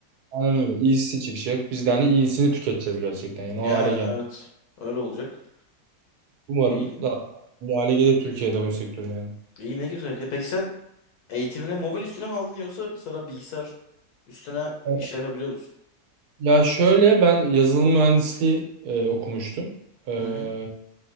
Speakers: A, on the right; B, on the left.
A: Aynen öyle. İyisi çıkacak. Biz de hani iyisini tüketeceğiz gerçekten yani
B: Yani
A: o hale geldi.
B: evet. Öyle olacak.
A: Umarım
B: İyi,
A: daha iyi hale gelir Türkiye'de oyun sektörü yani.
B: iyi ne güzel. Ya peki sen Eğitimine mobil üstüne mi aldın yoksa mesela bilgisayar üstüne işler
A: Ee,
B: yapabiliyor musun?
A: Ya şöyle ben yazılım mühendisliği e, okumuştum. E,
B: Hı hı.